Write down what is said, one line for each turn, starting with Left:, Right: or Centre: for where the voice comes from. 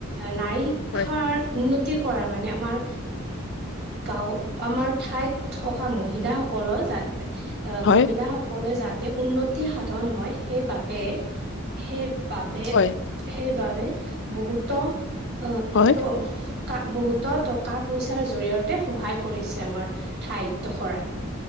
Right: নাৰী শিক্ষাৰ
Left: হয়।
Right: উন্নতি তিৰ কৰা কাৰনে আমাৰ গাঁওত আমাৰ ঠাইত থকা মহিলাসকলৰ যাত অ
Left: হয়
Right: মহিলাাসকলে যাতে উন্নতি সাধন হয় সেইবাবে বে সেইবাবে
Left: হয়
Right: সেইবাবে বহুতো অ
Left: হয়
Right: ত বহুতো টকা পইচাৰ জৰিয়তে সহায় কৰিছে আমাৰ ঠাইত দখৰাত